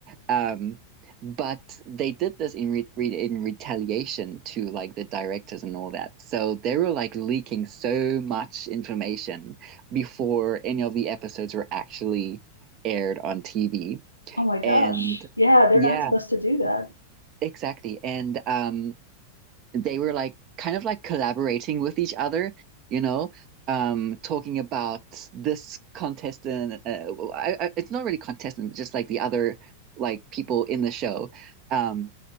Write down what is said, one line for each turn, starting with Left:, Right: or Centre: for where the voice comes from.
Right: Um, but they did this in re- re- in retaliation to like the directors and all that. So they were like leaking so much information before any of the episodes were actually aired on TV.
Left: Oh my gosh,
Right: And
Left: yeah, they're
Right: yeah,
Left: not supposed to do that.
Right: exactly. And um they were like kind of like collaborating with each other, you know, um, talking about this contestant. Uh, well, I, I, it's not really contestant, but just like the other like people in the show, um,